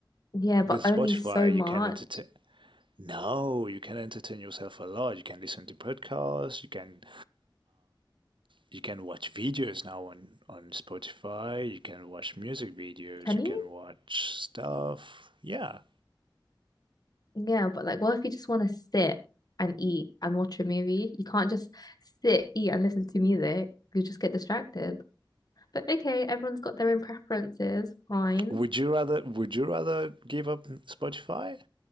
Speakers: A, on the left; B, on the right.
A: Yeah, but
B: With Spotify,
A: only so much.
B: you can entertain. No, you can entertain yourself a lot. You can listen to podcasts, you can you can watch videos now on on Spotify, you can watch music videos,
A: Can
B: you
A: you?
B: can watch stuff. Yeah.
A: Yeah, but like, what if you just want to sit and eat and watch a movie? You can't just sit, eat, and listen to music. You just get distracted. But okay, everyone's got their own preferences. Fine.
B: Would you rather would you rather give up Spotify?